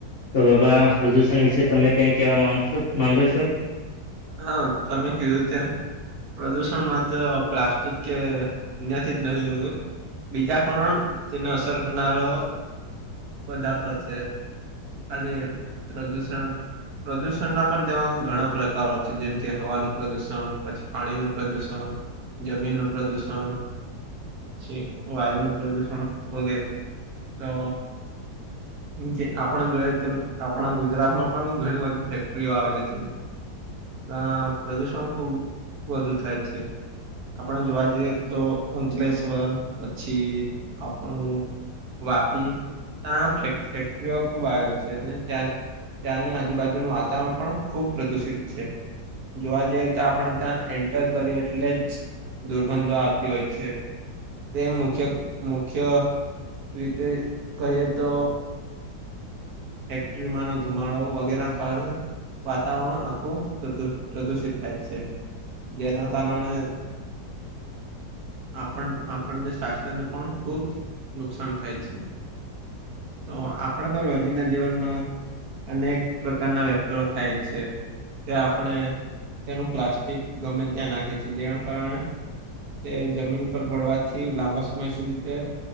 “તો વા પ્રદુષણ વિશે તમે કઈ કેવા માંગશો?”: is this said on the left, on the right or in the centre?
Left